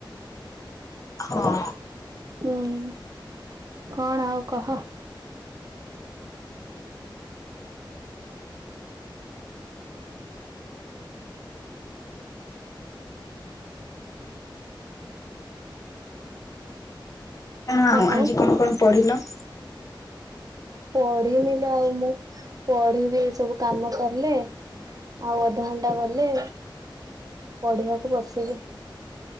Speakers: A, on the left; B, on the right.
A: ହଁ
B: ହୁଁ କଣ ଆଉ କହ
A: ହ
B: ଆଉ
A: ଆଜି କଣ କଣ ପଢିଲ
B: ପଢିନିଲ ଆଉ ମୁଁ ପଢିବି ଏ ସବୁ କାମ କଲେ ଆଉ ଧ ଘଣ୍ଟା ଗଲେ ପଢିବାକୁ ବସିବେ